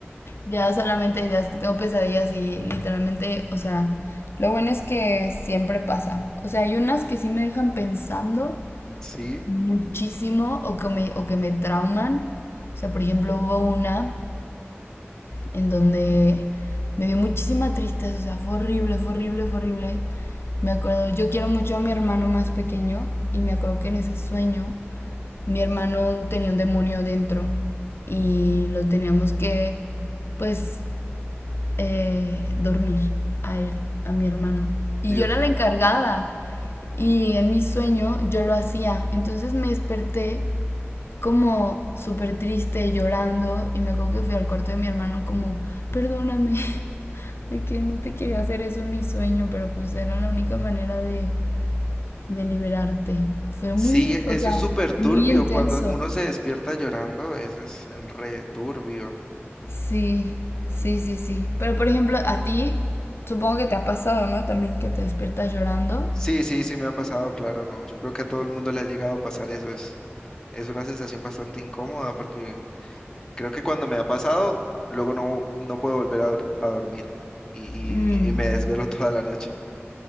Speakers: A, on the left (about 65°); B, on the left (about 15°).
A: Ya solamente hay días que tengo pesadillas y literalmente, o sea, lo bueno es que siempre pasan. O sea, hay unas que sí me dejan pensando
B: Sí,
A: muchísimo o que me, o que me trauman. O sea, por ejemplo, hubo una en donde me dio muchísima tristeza, o sea, fue horrible, fue horrible, fue horrible. Me acuerdo, yo quiero mucho a mi hermano más pequeño y me acuerdo que en ese sueño mi hermano tenía un demonio dentro y lo teníamos que, pues, eh, dormir a él, a mi hermano.
B: Dios.
A: Y yo era la encargada. Y en mi sueño yo lo hacía. Entonces me desperté como súper triste, llorando. Y me acuerdo que fui al cuarto de mi hermano como, perdóname, <laughs> de que no te quería hacer eso en mi sueño, pero pues era la única manera de, de liberarte. Fue
B: Sí,
A: muy,
B: eso
A: o sea,
B: es súper turbio.
A: muy intenso.
B: Cuando uno se despierta llorando, eso es re turbio.
A: Sí, sí, sí, sí. Pero por ejemplo, a ti supongo que te ha pasado, ¿no? También que te despiertas llorando.
B: Sí, sí, sí me ha pasado, claro, no. Yo creo que a todo el mundo le ha llegado a pasar eso. Es, es una sensación bastante incómoda porque Creo que cuando me ha pasado, luego no, no puedo volver a, dor- a dormir y,
A: Mm.
B: y- y me desvelo <laughs> toda la noche.